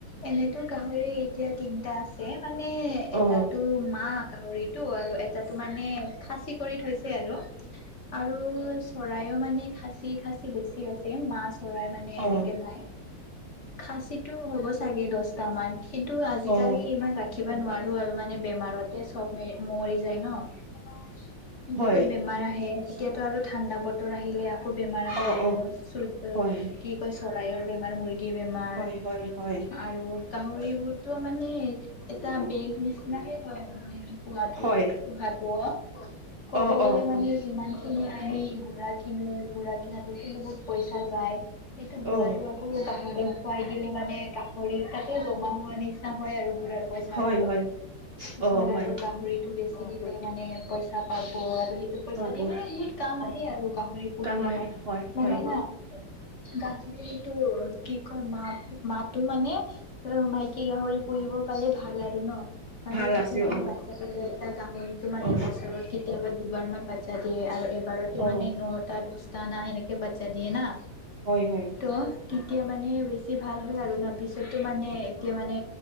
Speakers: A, on the left; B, on the right.
A: এনেতো গাহৰি এতিয়া তিনটা আছে। মানে
B: অ
A: এটাতো মাক গাহৰিটো আৰু এটাটো মানে খাচী কৰি থৈছে। আৰু আৰু চৰাইও মানে খাচি খাচি বেছি আছে। মা চৰাই মানে
B: অ
A: এনেকে নাই খাচীটো হ'ব চাগে দহট মান কিন্তু আজিকালি
B: অ
A: ইমান ৰাখিব নোৱাৰো আৰু মানে বেমাৰতে চব মে মৰি যায়। ন বহুত
B: হয়
A: বেমাৰ আহে এতিয়াতো আৰু ঠাণ্ডা বতৰ আহিলে আ- কো বেমাৰ আহিব
B: অ অ
A: চ
B: হয়
A: কি কয় চৰাইৰ বেমাৰ মুৰ্গী বেমাৰ
B: হয় হয় হয়
A: আৰু গাহৰিবোৰতো মানে এটা বে নি সমানেই হয় আৰু মানে পোৱা টোৱ
B: হয়
A: পোহা টোৱ ক'ব
B: অ
A: গলে
B: অ
A: মানে
B: অ
A: যিমান আমি গুৰা কিনো গুৰা কিনাতে বহুত পইচা যায় সেইটো বুঢ়াটো
B: অ
A: আকৌ- <unintelligible> খুৱাই দিলে মানে গাহৰি তাতে জমা হোৱা নিচা হয় আৰু- ৰ পইচাটো
B: হয় হয়
A: পিছত
B: অ হয়
A: আৰু গাহৰিটো বেছি দিলে মানে পইচা- পাব আৰু সেইটো পইচা
B: বাবু
A: দি মানে বহুত কাম আহে আৰু গাহৰি, পুহিলেও
B: কাম আহে হয়
A: মানে
B: হয়
A: না- গাহৰিটো কি কয় মা মাতো মানে মাইকী গাহৰি পোহিব পালে ভাল আৰু ন মানে
B: ভাল
A: তাতে
B: আছে
A: মানে
B: অ
A: বাচ্ছা দিলে এটা গাহৰিটো মানে
B: অ
A: বছৰত কিত কেতিয়াবা দুবাৰমানান বাচ্ছা দিয়ে আৰু এবাৰতে
B: অ
A: মানে নটা দহটা না এনেকে বাচ্ছা দিয়ে না
B: হয় হয়
A: ত তেতিয়া মানে বেছি ভাল হয় আৰু ন পিছতো মানে এতিয়া মানে